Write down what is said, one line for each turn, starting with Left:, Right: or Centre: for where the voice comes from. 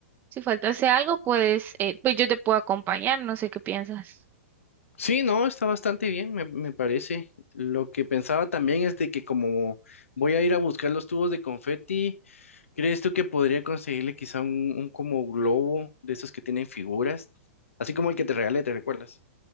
Right: si faltase algo, pues, eh, pues yo te puedo acompañar, no sé qué piensas.
Left: Sí, no, está bastante bien, me, me parece. Lo que pensaba también es de que como voy a ir a buscar los tubos de confeti, ¿crees tú que podría conseguirle quizá un, un como globo de esos que tienen figuras? Así como el que te regalé, ¿te recuerdas?